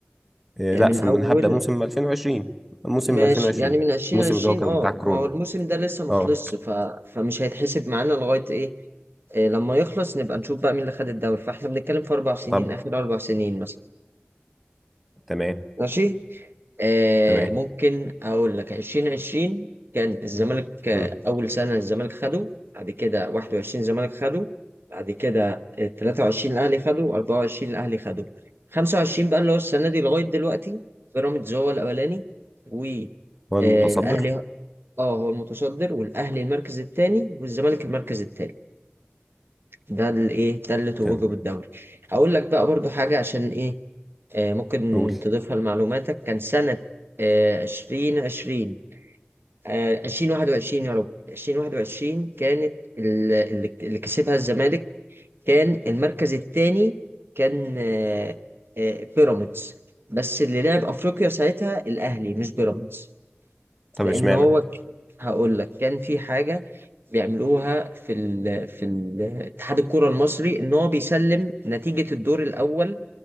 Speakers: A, in the centre; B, on the right.
A: آه،
B: آه،
A: لا
B: من
A: ثم
B: أول
A: أنا هبدا موسم 2020 موسم
B: ماشي
A: 2020
B: يعني من عشرين
A: الموسم
B: عشرين
A: اللي هو كان
B: اه
A: بتاع كورونا
B: ما هو الموسم ده لسه مخلصش
A: اه
B: ف... فمش هيتحسب معانا لغاية إيه إيه، لما يخلص نبقى نشوف بقى مين اللي خد الدوري فاحنا بنتكلم في أربع سنين
A: طب
B: آخر أربع سنين مثلا
A: تمام
B: ماشي آه،
A: تمام
B: ممكن اقول لك 2020 كان الزمالك آه،
A: مم.
B: اول سنه الزمالك خده بعد كده 21 الزمالك خده بعد كده آه، 23 الاهلي خده 24 الاهلي خده 25 بقى اللي هو السنه دي لغايه دلوقتي بيراميدز هو الاولاني والاهلي
A: هو المتصدر
B: اه هو المتصدر والاهلي المركز الثاني والزمالك المركز الثالث ده الايه ده اللي توجه
A: تمام
B: بالدوري اقول لك بقى برضو حاجه عشان ايه آه، ممكن
A: قول
B: تضيفها لمعلوماتك كان سنة آه، عشرين عشرين آه، عشرين واحد وعشرين يا رب عشرين واحد وعشرين كانت ال- اللي اللي كسبها الزمالك كان المركز الثاني كان آه، آه، بيراميدز بس اللي لعب أفريقيا ساعتها الأهلي مش بيراميدز
A: طب
B: لأن
A: اشمعنى
B: هو ك- هقول لك كان في حاجة بيعملوها في ال في ال اتحاد الكرة المصري إن هو بيسلم نتيجة الدور الأول